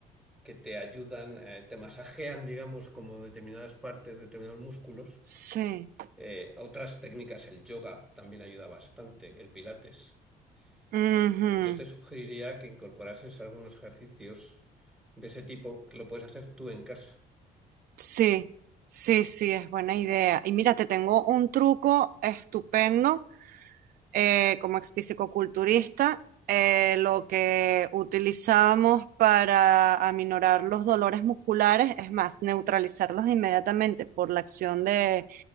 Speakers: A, in the centre; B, on the right (about 60°).
A: que te ayudan, eh, te masajean, digamos, como determinadas partes, determinados músculos.
B: sí.
A: Eh, otras técnicas, el yoga también ayuda bastante, el pilates.
B: Ujú.
A: Eh, Yo te sugeriría que incorporases algunos ejercicios de ese tipo que lo puedes hacer tú en casa.
B: Sí, sí, sí, es buena idea. Y mira, te tengo un truco estupendo eh, como ex fisicoculturista. eh, lo que utilizamos para aminorar los dolores musculares, es más, neutralizarlos inmediatamente por la acción de